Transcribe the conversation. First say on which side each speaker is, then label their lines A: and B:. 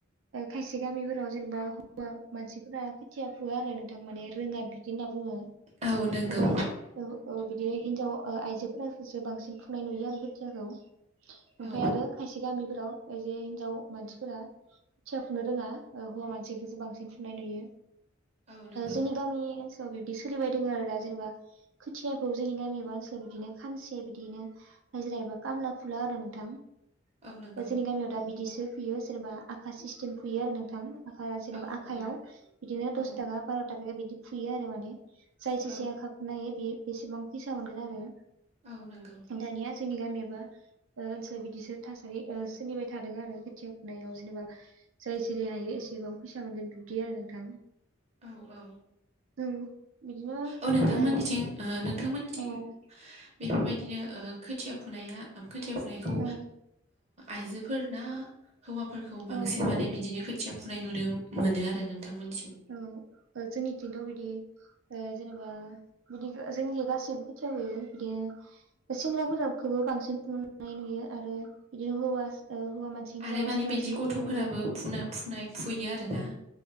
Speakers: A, on the right; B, on the right.
A: खायसे गामिफोराव जेनेबा हौवा मानसिफोरा खोथिया फुवा आरो नोंथां माने रोङा बिदि होन ना बुंङो
B: औ नंगौ
A: ओमफ्राय बिदिनो हिनजाव आइजोफोरासो बांसिन फुंनाय नुयो आरो खोथियाखौ। ओमफ्राय
B: औ
A: आरो खायसे गामिफोराव ओ जे हिनजाव मानसिफोरा खोथिया फुनो रोङा हौवा मानसिखौसो बांसिन फुनाय नुयो।
B: औ नंगौ
A: जोंनि गामि ओनसोलाव बिबदि सोलिबाय दङ आरो दा जेनेबा खोथियाखौ जोंनि गामि एबा ओनसोलाव बिदिनो खानसे बिदिनो हजिरा एबा खामला फुला आरो नोंथां।
B: औ नंगौ
A: जोंनि गामियाव दा बिदिसो फुयो सोरबा आखा सिस्टेम फुयो आरो नोंथां। आखा जेनेबा
B: औ
A: आखायाव
B: औ
A: बिदिनो
B: औ
A: दस थाखा बार' थाखा बिदि फुयो आरो माने जाय जेसे
B: औ
A: हाबनाय बे बेसेबां फैसा मोनगोन आरो
B: औ नंगौ।
A: दानिया जोंनि गामिबा ओनसोलाव बिदिसो थासारि सोलिबाय थादों आरो खोथिया फुनायाव जेनेबा जाय जेरै हायो बेसेबां फैसा मोनगोन बिब्दि आरो नोंथां।
B: औ औ
A: जों बिदिनो
B: औ नों थांमोननिथिं
A: ओ
B: नोंथांमोननिथिं
A: औ
B: बेफोरबायदिनो खोथिया फुनाया खोथिया फुनायखौ
A: औ
B: आइजोफोरना हौवाफोरखौ
A: औ
B: बांसिन माने बिदिनो खोथिया फुनाय नुनो मोनो आरो नोंथांमोननिथिं?
A: औ जोंनिथिंथ' बिदि जेनेबा बिदि जोंनियाव गासैबो खोथिया फुयो बिदिनो सेंग्राफोराखौबो बांसिन <unintelligible> नुयो आरो बिदिनो हौवा ओ हौवा मानसि हिनजाव
B: आरो
A: मानसि
B: माने
A: बांसिनखौ
B: बिदि गथ'फोराबो
A: फुनाय नुयो आरो
B: फुनाय फुनाय फुयो आरोना।